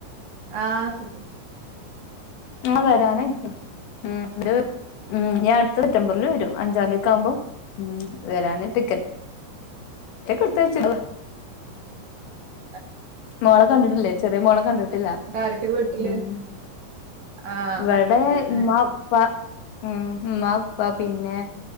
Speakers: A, on the right; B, on the left.
A: ആഹ് സു
B: ആഹ് വരാനയ്കുണു ഉം ഒര് ഉം ഞി അട്ത്ത സെപ്റ്റംബർൽ വരും അഞ്ചാംതി ആവുമ്പൊ വരാന് ടിക്ക റ്റ്ക്ക ഇട്ത്തേച്ച്
A: ഉ
B: മോള കണ്ടിട്ടില്ലെ ചെറിയ മോളെ കണ്ടിട്ടില്ല
A: ട്ടാരൊക്കെ വീട്ടില്
B: ഉം
A: ആഹ് കണ്ടിട്ടില്ല
B: ഇവ്ടെ ഉമ്മാ
A: ഏഹ്
B: ഉപ്പ ഉം ഉമ്മ ഉപ്പാ പിന്നെ